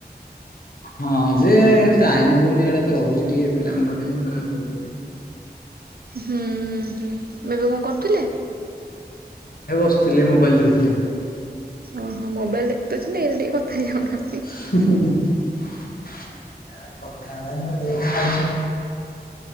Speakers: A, on the left (about 60°); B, on the right (about 65°).
A: ହଁ ଯେ ଟାଇମ ହଉନି ଇଆଡ଼େ ତ ରହୁଛି ଟିକେ ପିଲାଙ୍କ ପାଖରେ ସେଥିପାଇଁ ହଉନି।
B: ହୁଁ ହୁଁ ଏବେ କଣ କରୁଥିଲେ?
A: ଏ ବସିଥିଲେ ମୋବାଇଲ ଦେଖୁଥିଲି।
B: ଓହୋ ମୋବାଇଲ ଦେଖଦଉଛନ୍ତି ଏରେ ଟିକେ କଥା ଯାଉନା।
A: <unintelligible>